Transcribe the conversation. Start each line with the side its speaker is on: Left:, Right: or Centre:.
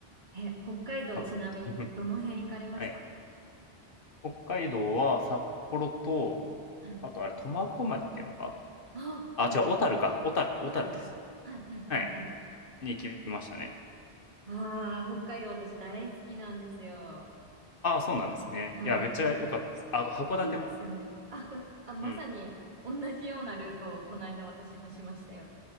Right: え、北海道ちなみにどの辺行かれました
Left: 多分。<laughs> はい。北海道は札幌と、
Right: はい。
Left: あとあれ、苫小牧っていうのか
Right: ああ、
Left: あ、
Right: はい。
Left: 違う、小樽か。小樽、小樽です。
Right: 小樽。はい、はい、はい、
Left: はい。
Right: はい。
Left: に行きましたね。
Right: わあ、北海道私大好きなんですよ。
Left: ああ、そうなんですね。
Right: はい。
Left: いや、めっちゃ良かったです。
Right: わ、
Left: ああと、函館も。
Right: いいですよね。あ、これ、あ、まさに同じようなルートをこの間私もしましたよ。
Left: うん。